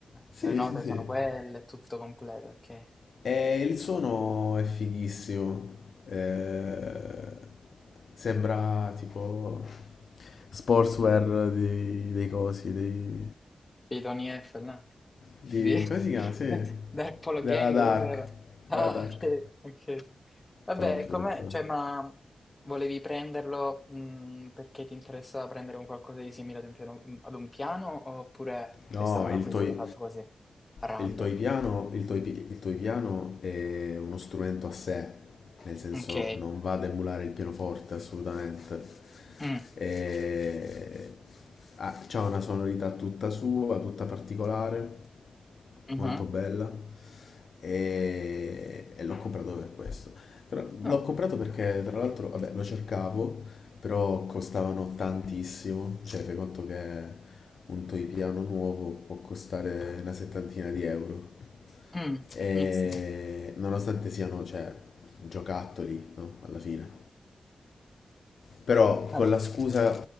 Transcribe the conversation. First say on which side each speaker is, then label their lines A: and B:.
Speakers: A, on the left; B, on the left.
A: Sì,
B: le note
A: sì, sì.
B: sono quelle, è tutto completo, ok.
A: E il suono è fighissimo, eh, sembra tipo sportswear dei, dei cosi, dei,
B: Di Tony Eiffel, no?
A: di,
B: Di
A: come si chiama?
B: <laughs>
A: Sì,
B: Dark Polo
A: della
B: Gang,
A: Dark,
B: cos'era? Ah,
A: della Dark,
B: ok, ok. Vabbè,
A: top,
B: com'è?
A: top, top.
B: Cioè, ma volevi prenderlo mh, perché ti interessava prendere un qualcosa di simile ad un piano, ad un piano oppure
A: No,
B: è stato un
A: il
B: acquisto
A: toy,
B: che hai fatto così, random?
A: il toy piano, il toy, pi- il toy piano è uno strumento a sé, nel senso
B: Ok.
A: non va ad emulare il pianoforte assolutamente.
B: Mm,
A: E... ha c'ha una sonorità tutta sua, tutta particolare,
B: mhm.
A: molto bella e, e l'ho comprato per questo. Tra-
B: Ah,
A: L'ho comprato perché tra l'altro, vabbè, lo cercavo, però costavano tantissimo, cioè fai conto che un toy piano nuovo può costare una settantina di euro.
B: mm,
A: E
B: mizzica.
A: nonostante siano, cioè, giocattoli, no? Alla fine. Però con
B: Vabbè.
A: la scusa